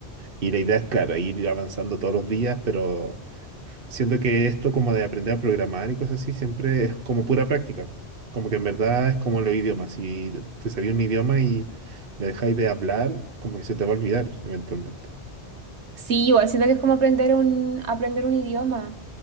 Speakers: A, on the right; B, on the right.
A: Y la idea es, claro, ir avanzando todos los días, pero siento que esto como de aprender a programar y cosas así siempre es como pura práctica. Como que en verdad es como los idiomas. Si te sabía un idioma y le dejáis de hablar, como que se te va a olvidar eventualmente.
B: Sí, igual siento que es como aprender un, aprender un idioma.